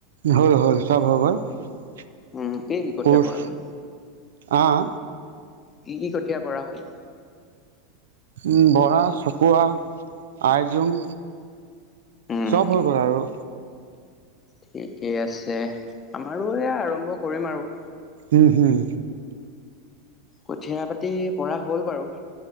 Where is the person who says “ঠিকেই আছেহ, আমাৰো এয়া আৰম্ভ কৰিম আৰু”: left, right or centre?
Left